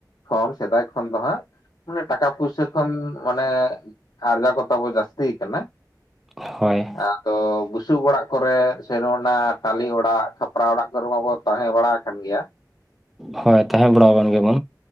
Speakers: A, on the left; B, in the centre.
A: ᱠᱷᱚᱱ ᱥᱮᱫᱟᱭ ᱠᱷᱚᱱ ᱫᱚ ᱦᱟᱸᱜ ᱢᱟᱱᱮ ᱴᱟᱠᱟ ᱯᱩᱭᱥᱟᱹ ᱠᱷᱚᱱ ᱢᱟᱱᱮ ᱟᱨᱡᱟᱣ ᱠᱚ ᱛᱟᱵᱚ ᱡᱟᱹᱥᱛᱤ ᱭᱟᱠᱟᱱᱟ
B: ᱦᱳᱭ᱾
A: ᱟᱫᱚ ᱵᱩᱥᱩᱵ ᱚᱲᱟᱜ ᱠᱚᱨᱮ, ᱯᱷᱤᱨ ᱚᱱᱟ ᱴᱟᱹᱞᱞᱤ ᱚᱲᱟᱜ ᱠᱷᱟᱯᱨᱟ ᱚᱲᱟᱜ ᱠᱚᱨᱮ ᱢᱟ ᱵᱚ ᱛᱟᱦᱮᱸ ᱵᱟᱲᱟ ᱦᱟᱠᱟᱱ ᱜᱮᱭᱟ,
B: ᱦᱳᱭ ᱛᱟᱦᱮᱸ ᱵᱟᱲᱟ ᱣᱟᱠᱟᱱ ᱜᱮᱵᱚ ᱵᱚᱱ᱾